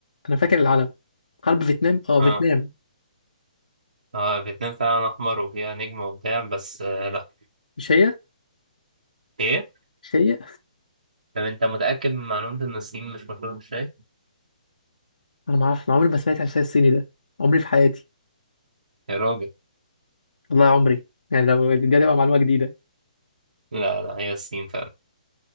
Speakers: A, on the left; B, on the right.
A: انا فاكر العالم حرب فيتنام اه
B: اه
A: فيتنام
B: اه فيتنام فعلا احمر وفيها نجم وبتاع بس آه لا
A: مش هي
B: ايه
A: مش هي
B: طب انت متأكد من معلومة ان الصين مش مشهورة بالشاي
A: انا ما اعرفش عمري ما سمعت عن الشاي الصيني ده عمري في حياتي
B: يا راجل
A: والله عمري يعني لو دي هتبقى معلومه جديده
B: لا لا هي الصين فعلا